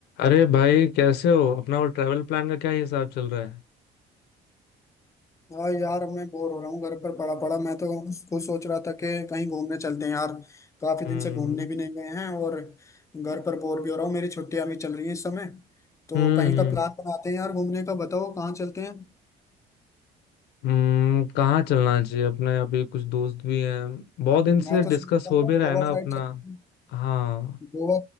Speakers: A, on the left; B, on the left.
A: अरे भाई कैसे हो अपना वो ट्रैवल प्लान का क्या हिसाब चल रहा है
B: हाँ यार मैं बोर हो रहा हूँ घर पर पड़ा पड़ा मैं तो खुद सोच रहा था कि कहीं घूमने चलते हैं यार काफी
A: हम्म
B: दिन से घूमने भी नहीं गए हैं और घर पर बोर भी हो रहा हूँ मेरी छुट्टियां भी चल रही है इस समय तो
A: हम्म
B: कहीं
A: हम्म
B: का प्लान बनाते हैं यार घूमने का बताओ कहाँ चलते हैं
A: हम्म, कहाँ चलना चाहिए अपने अभी कुछ दोस्त भी हैं बहुत दिन से
B: मैं तो
A: डिस्कस
B: सोच रहा
A: हो
B: था
A: भी रहा
B: गोवा
A: है ना
B: साइड
A: अपना
B: चलते हैं
A: हाँ
B: गोवा